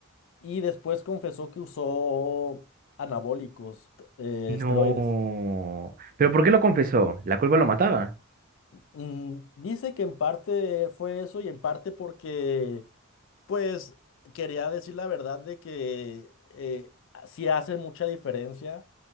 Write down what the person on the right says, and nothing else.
No.
¿Pero por qué lo confesó? ¿La culpa lo mataba?